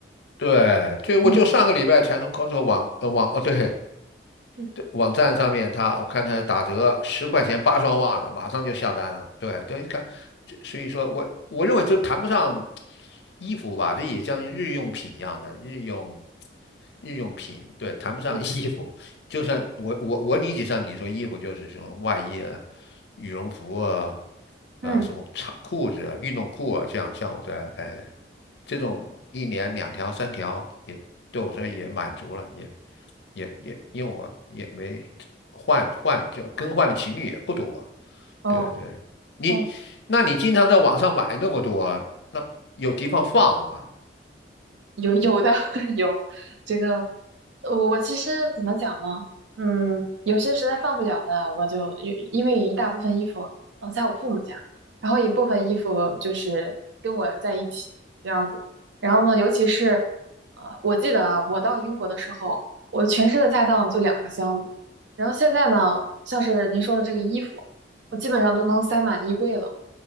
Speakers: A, on the left; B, on the right.
A: 对，就我就上个礼拜才从
B: 嗯
A: Costco 网呃网哦对
B: 嗯，
A: 对网站上面他我看他打折十块钱八双袜子，马上就下单了。对，就一看，这所以说我我认为这谈不上衣服吧，这也像日用品一样的日用日用品，对，谈不上衣服。
B: 是的，
A: 就像我我我理解上你说衣服就是什么外衣啊、羽绒服啊、
B: 嗯，
A: 啊、什么长裤子啊、运动裤啊，这样像我在哎。这种一年两条三条也对我说也满足了，也也也因为我也没换换就更换的情侣也不多，
B: 哦
A: 对对，你那你经常在网上买那么多，
B: 哦，
A: 那有地方放吧？
B: 有有的 <laughs> 有这个，我我其实怎么讲呢？嗯，有些实在放不了的，我就有，因为有一大部分衣服，嗯，在我父母家，然后一部分衣服就是跟我在一起这样子。然后呢，尤其是，呃，我记得啊，我到英国的时候，我全身的家当就两个箱子。然后现在呢，像是您说的这个衣服，我基本上都能塞满衣柜了。